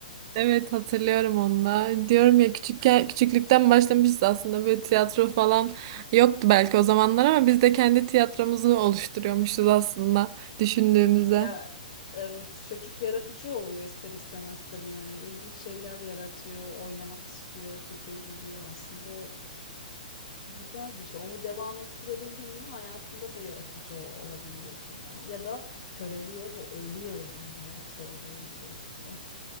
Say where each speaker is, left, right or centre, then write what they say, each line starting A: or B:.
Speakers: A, on the right (about 35°); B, on the left (about 40°).
A: Evet hatırlıyorum onu da. Diyorum ya küçükken küçüklükten başlamışız aslında böyle tiyatro falan yoktu belki o zamanlar ama biz de kendi tiyatromuzu oluşturuyormuşuz aslında düşündüğümüzde.
B: <laughs> Ya evet çocuk yaratıcı oluyor ister istemez tabii yani. İlginç şeyler yaratıyor, oynamak istiyor, fikir buluyor aslında. güzel bir şey. Onu devam ettirebildin mi hayatında da yaratıcı o- olabiliyorsun yani. Ya da köreliyor ve ölüyor yani hayat zorluğu içerisinde.